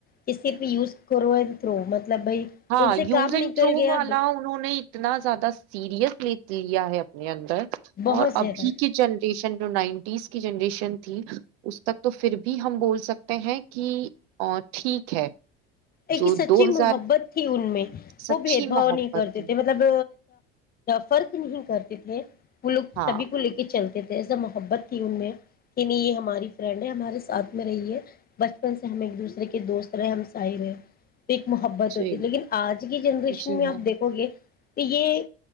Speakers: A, on the left; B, on the right.
A: کہ صرف یوز کرو اینڈ تھرو مطل مطلب بھائی
B: ہاں
A: ان سے
B: یوز
A: کام
B: اینڈ
A: نکل
B: تھرو
A: گیا
B: والا
A: اب
B: انہوں نے اتنا زیادہ سیریس ل لیا ہے اپنے اندر
A: بہت
B: اور
A: زیادہ
B: ابھی کے جنریشن نائنٹیز کی جنریشن تھی اس تک تو پھر بھی ہم بول سکتے ہیں کہ ٹھیک ہے
A: ایک
B: جو
A: سچی
B: دو ہزار
A: محبت تھی ان میں
B: سچی
A: وہ بھید بھاؤ
B: محبت
A: نہیں کرتے
B: تھی۔
A: تھے مطلب فرق نہیں کرتے تھے وہ لوگ
B: ہاں
A: سبھی کو لے کے چلتے تھے جسا محبت تھی ان میں کہ نہیں یہ ہماری فرینڈ ہے ہمارے ساتھ میں رہی ہے بچپن سے ہم ایک دوسرے کے دوست رہے ہم سائی رہے تو ایک محبت
B: جی
A: ہوتی لیکن آج کی جنریشن
B: جی
A: میں آپ
B: ہاں
A: دیکھو گے تو یہ